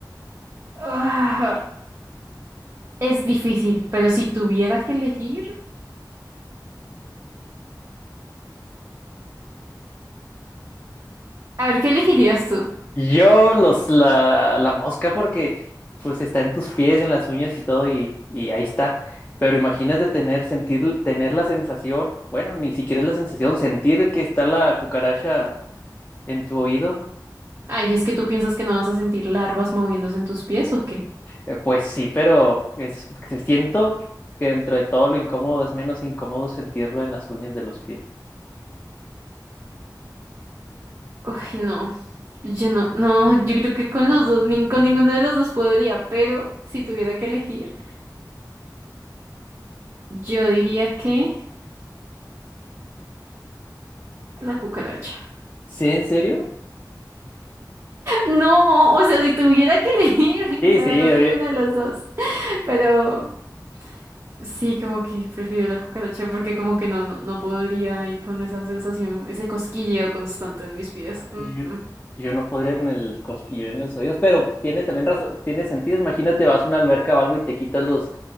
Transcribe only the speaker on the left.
Yo los la, la mosca porque pues está en tus pies, en las uñas y todo y, y ahí está. Pero imagínate tener, sentir, tener la sensación, bueno, ni siquiera es la sensación, sentir que está la cucaracha en tu oído.
Eh, pues sí, pero es, siento que dentro de todo lo incómodo es menos incómodo sentirlo en las uñas de los pies.
¿Sí, en serio?
Sí,
sí,
obvia-
yo, yo no podría con el cosquillo en los oídos, pero tiene también razón, tiene sentido. Imagínate, vas a una alberca o algo y te quitas los